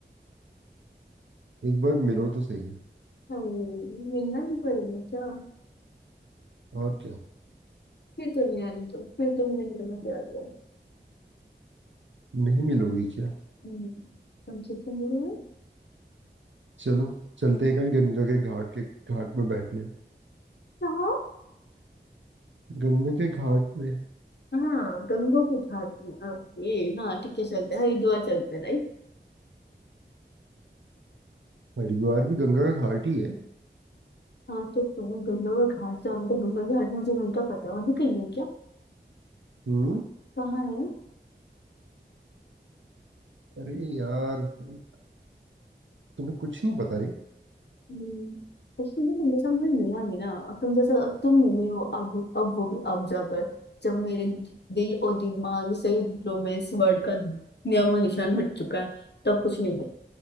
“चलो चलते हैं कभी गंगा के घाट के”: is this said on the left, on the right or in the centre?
Right